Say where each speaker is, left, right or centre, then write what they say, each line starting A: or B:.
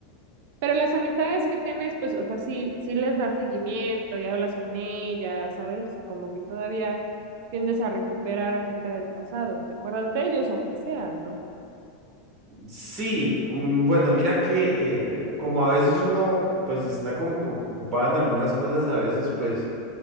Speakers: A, on the right; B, on the right.
A: Pero las amistades que tienes, pues, o sea, sí, sí les das seguimiento y hablas con ellas, ¿sabes? O sea, como que todavía tiendes a recuperar a gente del pasado. ¿Te acuerdas de ellos, aunque sea, no?
B: Sí, mm, bueno, mira que eh, como a veces uno pues está como que ocupado en algunas cosas, a veces pues